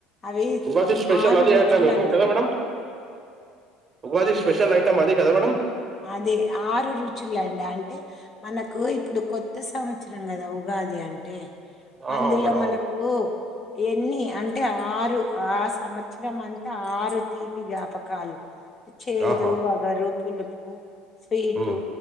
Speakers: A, on the left; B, on the right.
A: అవి
B: ఉగాది స్పెషల్
A: ఆరు
B: అదే
A: రుచులు
B: ఐటమ్ ఏమో
A: అంటదండి
B: కదా మేడం ఉగాది స్పెషల్ ఐటమ్ అద కద మడడం
A: అదే ఆరు రుచులండి అంటే మనకు ఇప్పుడు కొత్త సంవత్సరం కదా ఉగా కాది అంటే
B: ఆహా
A: అందులో
B: మేడం
A: మనకు
B: అవును
A: ఎన్ని అంటే ఆరు ఆ సంవత్సరం అంతా ఆరు తీపి జ్ఞాపకాలు చేదు
B: ఆహా
A: వగరు పులుపు స్వీటు
B: ఉమ్